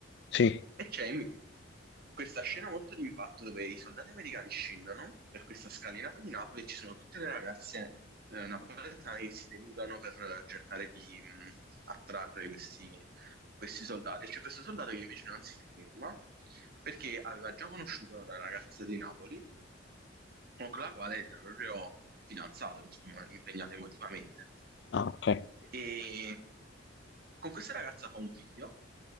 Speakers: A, on the left; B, on the right.
A: sì,
B: E c'è in- questa scena molto di impatto dove i soldati americani scendono per questa scalinata di Napoli e ci sono tutte le ragazze eh, napoletane che si denudano per cercare di mh, attrarre questi questi soldati. C'è questo soldato che invece non si ferma perché aveva già conosciuto una ragazza di Napoli con la quale si era proprio fidanzato, insomma, impegnato emotivamente.
A: ah, ok.
B: E con questa ragazza fa un figlio,